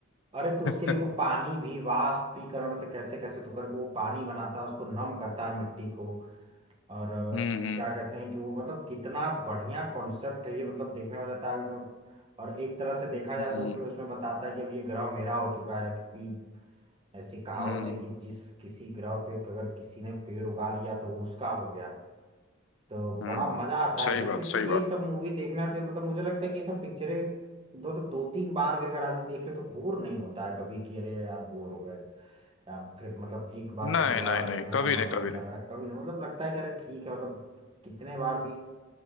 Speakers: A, on the right; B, on the left.
A: अरे
B: <laughs>
A: तो उसके लिए वो पानी भी वाष्पीकरण से कैसे कैसे तो करके वो पानी बनाता है उसको नम करता है मिट्टी को और अ,
B: हम्म हम्म
A: क्या कहते हैं कि वो मतलब कितना बढ़िया कॉन्सेप्ट है ये मतलब देखने में जाता है में- और एक तरह से देखा जाए
B: हम्म
A: तो फिर उसमें बताता है कि अब ये ग्रह मेरा हो चुका है क्योंकि ऐसी कहावत
B: हम्म
A: है कि जिस किसी ग्रह पे अगर किसी ने पेड़ उगा लिया तो वो उसका हो गया तो
B: हम्म।
A: बड़ा मजा आता है
B: सही
A: देख
B: बात
A: के तो
B: सही
A: ये
B: बात
A: सब मूवी देखना तो मतलब मुझे लगता है कि ये सब पिक्चरें दो तो दो तीन बार भी अगर आदमी देख ले तो बोर नहीं होता है कभी कि अरे यार बोर हो गए या फिर मतलब एक बार
B: नहीं
A: से दोबारा
B: नहीं
A: देखने
B: नहीं कभी
A: का मन
B: नहीं
A: नहीं
B: कभी
A: कर
B: नहीं
A: रहा है कभी नहीं मतलब लगता है कि अरे ठीक है मतलब कितने बार भी